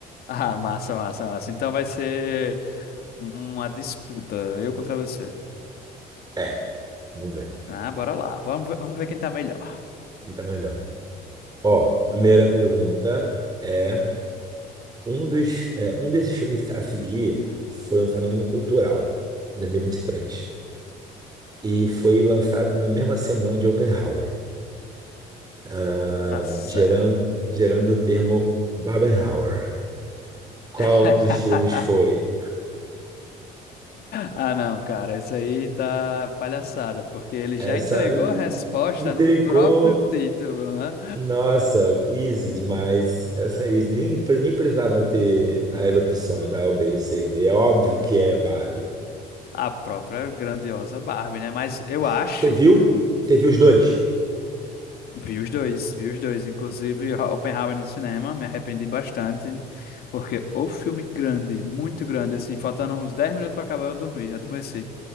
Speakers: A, on the left; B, on the right.
A: Ah, massa, massa, massa. Então vai ser uma disputa, eu contra você.
B: É, vamos ver,
A: Ah, bora lá. Vamos ver, vamos ver quem tá melhor.
B: quem tá melhor. Ó, primeira pergunta é um dos, é, um desses filmes a seguir foi um fenômeno cultural, dois mil e e vinte e três. e foi lançado na mesma semana de Oppenheimer, ah,
A: Tá certo.
B: gerando, gerando o termo Barbenheimer. Qual
A: <laughs>
B: dos filmes foi?
A: Ah, não, cara, isso aí tá palhaçada, porque ele já
B: Essa
A: entregou
B: aí
A: a resposta
B: intrigou.
A: no próprio título, né?
B: Nossa, easy demais. Essa é easy. Nem, pre- nem precisava ter as opções, A, o B, o C e D. É óbvio que é Barbie.
A: A própria grandiosa Barbie, né? Mas eu acho.
B: Você viu? Você viu os dois?
A: Vi os dois, vi os dois. Inclusive, Ho- Oppenheimer no cinema, me arrependi bastante, porque o filme grande, muito grande, assim, faltando uns 10 minutos para acabar, eu dormi, adormeci.